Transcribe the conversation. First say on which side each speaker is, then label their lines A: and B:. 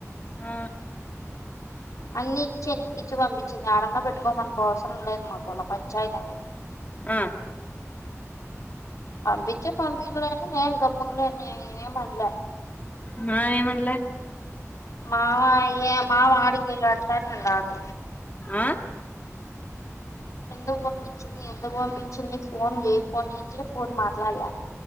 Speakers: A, on the left (about 30°); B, on the left (about 80°).
A: ఆ
B: అన్ని ఇచ్చే ఎనకిచ్చి పంపించింది. ఏడన్న బెట్టుకోమనుకో అవసరం లేదు మాకోల్ల పంచాయితనీ
A: అ
B: పంపిచ్చే పంపీయ్ గుడనీ నేన్ గమ్ముఅనే ఉన్నా ఏమన్లా.
A: మాయేమన్లె
B: మావ ఏ మావాడికే అంటానే ఉన్నాడు.
A: ఆ
B: ఎందుగ్ వంపించింది ఎందుకు వంపియ్ చిన్ని ఫోన్ జేయ్ ఫోన్ ఏంచే ఫోన్ మాట్లాడ్లా